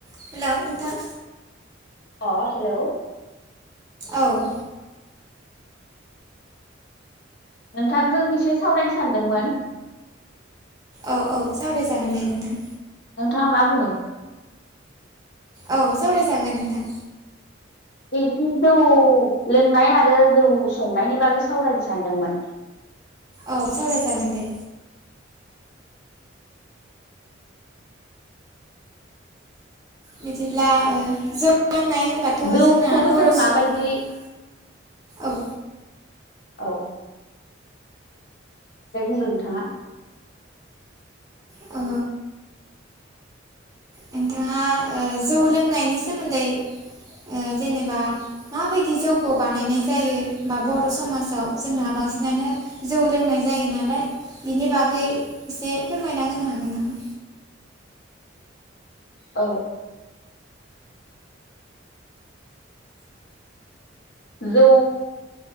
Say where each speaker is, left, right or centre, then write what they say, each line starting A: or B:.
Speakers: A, on the right; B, on the left.
A: Hello नोंथां?
B: अ hello.
A: औ।
B: नोंथांजों एसे सावरायनो सानदोंमोन।
A: औ औ सावरायजागोन दे नोंथां।
B: नोंथाङा मा बुंओ?
A: औ। सावराय जागोन नोंथां।
B: बि जौ लोंनाय आरो जौ संनायनि बागै सावरायनो सानदोंमोन।
A: औ सावराय जागोन दे। बिदिब्ला ओ जौ लोंनाय होन बाथ'
B: जौखौ
A: जोंना बर'
B: जों माबायदि
A: सुबुंफोर, औ।
B: औ। ओमफ्राय बुंदो नोंथाङा।
A: अ। नोंथाङा ओ जौ लोंनायनि सोमोन्दै ओ जेनेबा माबायदि जौखौ बानायनाय जायो, बा बर' समाजाव जोंहा बांसिनानो जौ लोंनाय जायो नालाय। बिनि बागै एसे फोरमायना होनो हागोन नामा?
B: औ। जौ